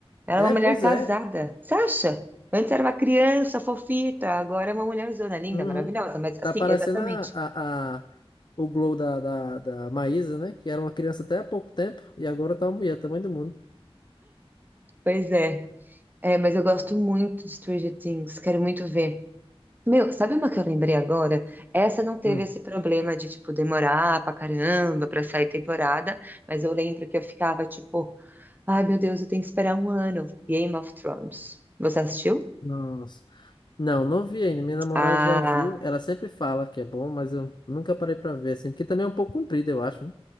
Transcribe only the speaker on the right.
Ela
é uma mulher
casada.
Você acha? Antes era uma criança fofita, agora é uma mulherzona linda,
maravilhosa. Mas assim,
exatamente.
Pois é. É, mas eu gosto muito de Stranger Things, quero muito ver. Meu, sabe uma que eu lembrei agora? Essa não teve
esse problema de, tipo, demorar pra caramba pra sair temporada, mas eu lembro que eu ficava, tipo, ai meu Deus, eu tenho que esperar um ano. Game of Thrones. Você assistiu?
Ah.